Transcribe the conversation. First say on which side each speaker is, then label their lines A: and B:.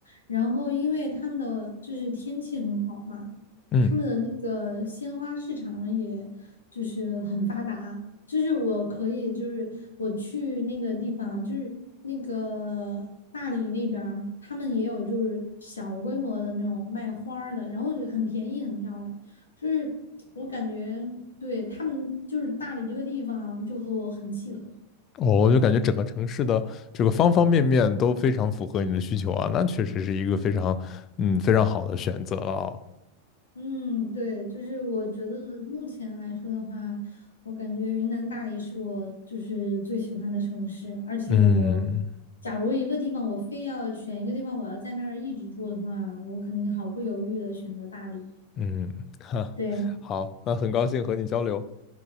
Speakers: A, on the left; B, on the left.
A: 然后因为他们的就是天气很好嘛，
B: 嗯，
A: 他们的那个鲜花市场也就是很发达，就是我可以，就是我去那个地方，就是那个大理那边儿，他们也有就是小规模的那种卖花儿的，然后就很便宜，很漂亮。就是我感觉对他们，就是大理这个地方就和我很契合。
B: 我就感觉整个城市的这个方方面面都非常符合你的需求啊，那确实是一个非常嗯非常好的选择了哦。
A: 嗯，对，就是我觉得目前来说的话，我感觉云南大理是我就是最喜欢的城市，而且我
B: 嗯
A: 假如一个地方我非要选一个地方，我要在那儿一直住的话，我肯定毫不犹豫的选择大理。
B: 嗯，<laughs> 哈，
A: 对，
B: 好，那很高兴和你交流。